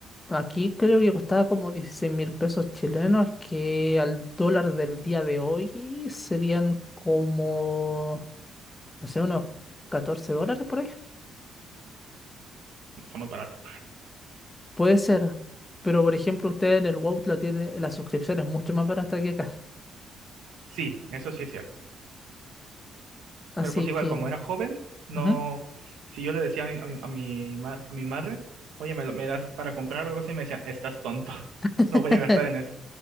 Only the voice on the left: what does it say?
aquí creo que costaba como dieciséis mil pesos chilenos, que al dólar del día de hoy serían como, no sé, unos 14 dólares por ahí.
Puede ser, pero por ejemplo, usted en el WoW la tiene, la suscripción es mucho más barata que acá.
Así
que.
ujú.
<laughs>